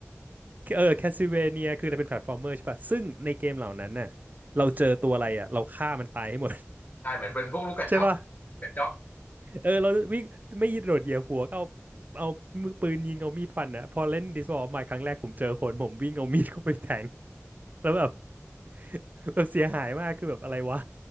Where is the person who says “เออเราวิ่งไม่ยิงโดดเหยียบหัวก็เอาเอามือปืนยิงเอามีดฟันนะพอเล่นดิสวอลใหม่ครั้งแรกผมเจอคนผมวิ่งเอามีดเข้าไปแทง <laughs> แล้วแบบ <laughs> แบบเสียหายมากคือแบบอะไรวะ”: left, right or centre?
Right